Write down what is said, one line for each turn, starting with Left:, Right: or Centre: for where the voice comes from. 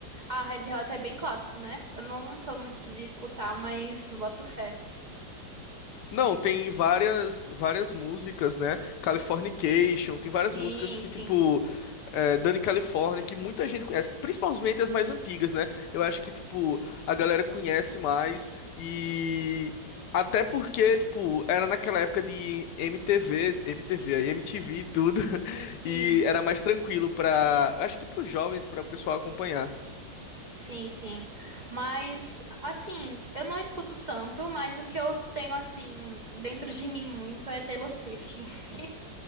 Right: Ah, Red Hot é bem clássico, né? Eu não sou muito de escutar, mas boto fé.
Left: Não, tem várias várias músicas, né? Californication, tem várias
Right: Sim,
Left: músicas que,
Right: sim.
Left: tipo, é, Dani California, que muita gente conhece, principalmente as mais antigas, né? Eu acho que, tipo, a galera conhece mais e. Até porque, tipo, era naquela época de MTV, MTV, aí MTV e tudo, <laughs>
Right: Sim.
Left: e era mais tranquilo pra. Acho que pros jovens, pra o pessoal acompanhar.
Right: Sim, sim. Mas, assim, eu não escuto tanto, mas o que eu tenho, assim, dentro de mim muito é Taylor Swift. <laughs>